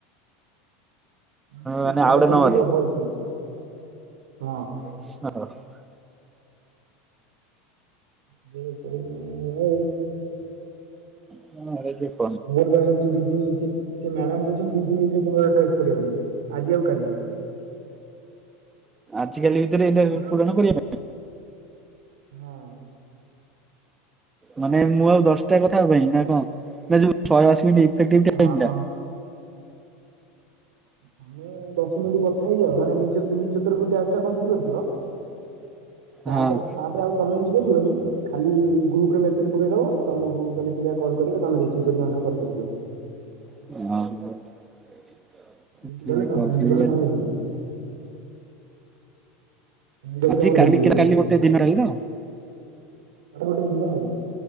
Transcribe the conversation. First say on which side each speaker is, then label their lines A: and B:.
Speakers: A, on the right; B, on the right.
A: ମୁଁ
B: ମାନେ
A: ଥରେ
B: ଆଉ ଗୋଟେ
A: ସେମିତି
B: ନମ୍ବରରେ
A: ଡବଲ ଶୋଇଛି ହଁ।
B: <unintelligible>
A: <unintelligible>
B: ହଁ ହେଇଯିବ।
A: ମୋର ବା ଏମିତି ଦିଦିନି ସେ ମ୍ୟାଡାମ କହୁଛନ୍ତି ଦିଦିନି ଭିତରେ ପୁରୁଣା ଟ୍ୟାକ୍ସ କରିବା ପାଇଁ। ଆଜି ଆଉ କାଲି।
B: ଆଜିକାଲି ଭିତରେ ଏଇଟା
A: ତମେ ଆଉ
B: ପୂରଣ କରିବା ପାଇଁ।
A: ହଁ।
B: ମାନେ ମୁଁ ଆଉ ଦଶଟା କଥା ହବା ପାଇଁ ନା କଣ ନା ଯୋଉ ଶହେଅସି ମିନିଟ୍ ଇଫେଟିକ୍ ଟାଇମ୍
A: ହଁ ତମେ
B: ଟା।
A: ତମେ ଦଶ ମିନିଟି କଥା ହେଇଯାଅ ମାନେ ନି ନିଜ ତରଫରୁ ଟ୍ୟାକ୍ସ ଟା କମ୍ପ୍ଲଟ୍ କରିିଦିଅ ତାପରେ-ତାପରେ
B: ହଁ
A: ଆଉ ତମେ କିଛି କରିବନି ଖାଲି ଗ୍ରୁପ୍ ରେ ମେସେଜ ପକେଇଦବ। ତମକୁ କାଲି ପିଲା କଲ୍ କରିବେ ତମେ ରିସିଭ୍ କରିକି ତାଙ୍କ ସାଙ୍ଗରେ କଥା ହେଇଯିବ।
B: <unintelligible>
A: ଏମିତି
B: କରିଦେବି
A: କଲେ ତମର ଏମିତି କଲେ
B: ଆଜି
A: ତମର ହେଇଯିବ। ଏମିତି କଲେ
B: ଆଜି
A: ତମର
B: କାଲି
A: ହେଇଯିବ
B: କାଲି
A: ଏଥର
B: ଗୋଟେ
A: ଆଉ
B: ଦିନ ରହିଲା
A: ଗୋଟେ ଦିନ ଆଉ।